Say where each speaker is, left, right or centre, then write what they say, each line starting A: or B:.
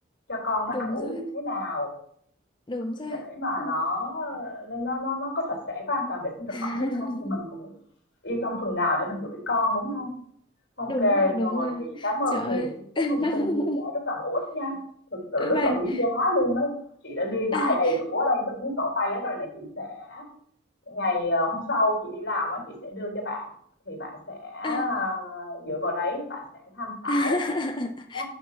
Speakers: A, on the left; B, on the left.
A: cho con nó
B: đúng
A: ăn uống
B: rồi
A: như thế nào
B: đúng rồi
A: để mà
B: Ừ.
A: nó nó nó nó có sạch sẽ có an toàn vệ sinh thực
B: <laughs>
A: phẩm hay không thì mình cũng yên tâm phần nào để mình gửi con đúng không? Ok
B: đúng rồi đúng
A: rồi
B: rồi
A: chị cảm ơn
B: trời
A: Huyền
B: ơi
A: với cái
B: <laughs>
A: thông tin chia sẻ rất là bổ ích nha thực sự rất
B: vâng
A: là quý giá luôn đấy chị đã ghi lại
B: à,
A: đầy đủ ở đây trong cuốn sổ tay á rồi này chị sẽ ngày ờ, hôm sau chị đi làm á chị sẽ đưa cho bạn thì bạn sẽ ờ,
B: à.
A: dựa vào đấy bạn sẽ tham khảo
B: <laughs>
A: đó.